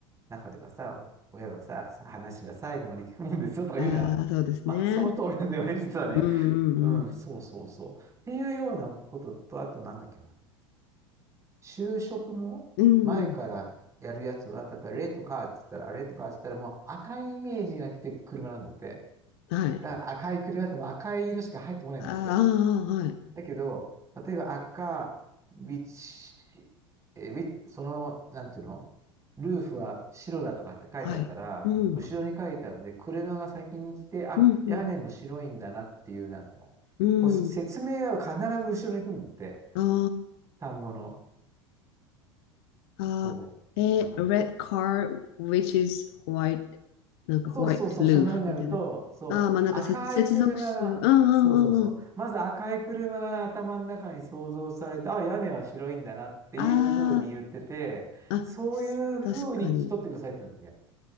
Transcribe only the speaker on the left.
ああ、そうですね。
うん。うん。
うん。うん
はい。
ああ、はい。
はい。うん。
うん。
うん。うん。あ
あー、
えー red car, which is white, なんか
white roof
みたいな。
ああ、まあなんか接、
接続詞。うんうんうんうん。
ああ、あ、
そう確かに。